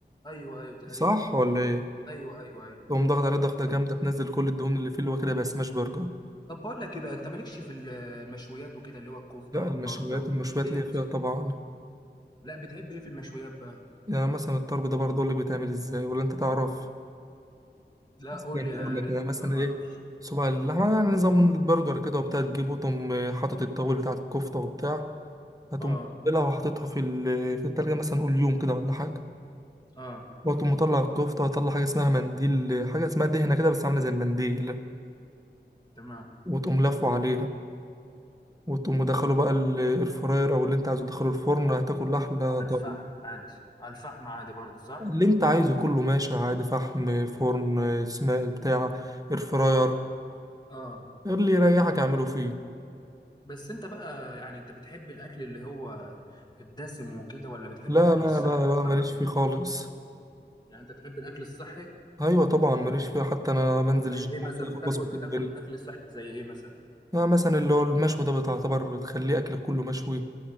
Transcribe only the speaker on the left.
ايوه ايوه تقريبا
ايوه ايوه ايوه
طب
طب بقول لك ايه بقى انت مالكش في ال- المشويات وكده اللي هو الكفته
والطرب
والحاجات
ديت
لا بتحب ايه في المشويات بقى
لا
قول لي يا
ريت
قول لي انا ما
اعرفش
اه
اه
تمام
على
الفحم عادي على الفحم عادي برضه صح
اه
بس انت بقى يعني انت بتحب الاكل اللي هو الدسم وكده ولا بتحب
الاكل
الصحي
اكتر
ولا
يعني انت تحب الاكل الصحي
زي
ايه مثلا
بتاكل
بتاكل
اكل صحي زي ايه مثلا